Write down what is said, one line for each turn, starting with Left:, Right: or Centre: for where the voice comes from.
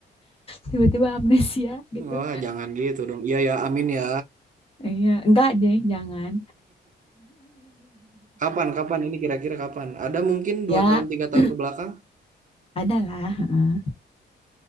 Left: tiba-tiba amnesia gitu.
Right: Wah, jangan gitu dong. Iya ya, amin ya.
Left: Iya, enggak deh, jangan.
Right: Kapan, kapan? Ini kira-kira kapan? Ada mungkin
Left: Ya,
Right: dua tahun, tiga tahun
Left: <clears throat>
Right: ke belakang?
Left: ada lah, heeh.